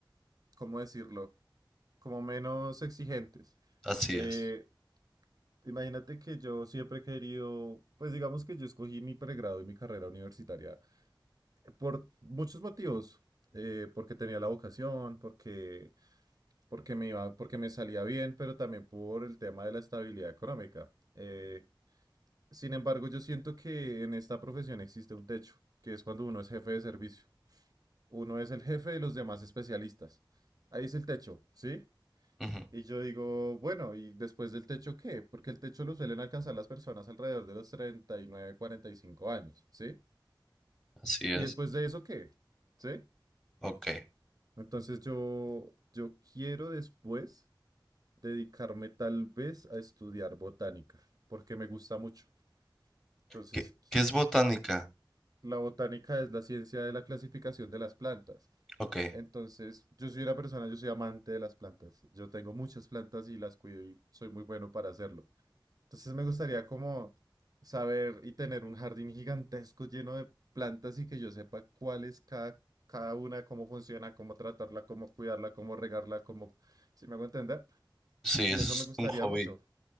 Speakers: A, on the right; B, in the centre.
A: ¿cómo decirlo? Como menos exigentes.
B: Así
A: Eh,
B: es.
A: imagínate que yo siempre he querido, pues digamos que yo escogí mi pregrado y mi carrera universitaria por muchos motivos. eh, porque tenía la vocación, porque, porque me iba, porque me salía bien, pero también por el tema de la estabilidad económica. Eh, sin embargo, yo siento que en esta profesión existe un techo, que es cuando uno es jefe de servicio. Uno es el jefe de los demás especialistas. Ahí es el techo, ¿sí?
B: Ujú,
A: Y yo digo, bueno, ¿y después del techo qué? Porque el techo lo suelen alcanzar las personas alrededor de los treinta y nueve cuarenta y cinco años, ¿sí?
B: Así es.
A: ¿Y después de eso qué? ¿Sí?
B: Ok.
A: Entonces yo, yo quiero después dedicarme tal vez a estudiar botánica, porque me gusta mucho. Entonces,
B: ¿Qué,
A: quis-
B: qué es botánica?
A: la botánica es la ciencia de la clasificación de las plantas.
B: Ok,
A: Entonces, yo soy una persona, yo soy amante de las plantas. Yo tengo muchas plantas y las cuido y soy muy bueno para hacerlo. Entonces me gustaría como saber y tener un jardín gigantesco lleno de plantas y que yo sepa cuál es cada, cada una, cómo funciona, cómo tratarla, cómo cuidarla, cómo regarla, cómo, si me hago entender.
B: sí,
A: Y
B: eso
A: eso
B: es
A: me gustaría
B: un hobby.
A: mucho.